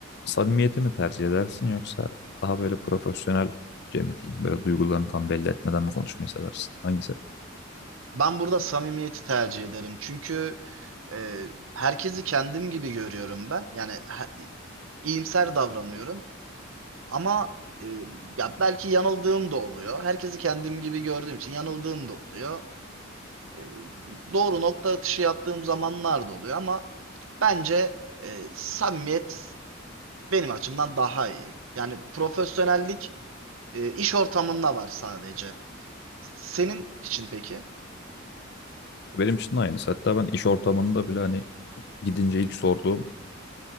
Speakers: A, on the left; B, on the right.
A: samimiyeti mi tercih edersin yoksa daha böyle profesyonelce mi diyeyim? Böyle duygularını tam belli etmeden mi konuşmayı seversin? Hangisi?
B: Ben burada samimiyeti tercih ederim. Çünkü e, herkesi kendim gibi görüyorum ben. Yani he- iyimser davranıyorum. Ama e, ya belki yanıldığım da oluyor. Herkesi kendim gibi gördüğüm için yanıldığım da oluyor. E, doğru nokta atışı yaptığım zamanlar da oluyor ama bence e, samimiyet benim açımdan daha iyi. Yani profesyonellik E, iş ortamında var sadece. Senin için peki?
A: Benim için de aynısı. Hatta ben iş ortamında bile hani gidince ilk sorduğum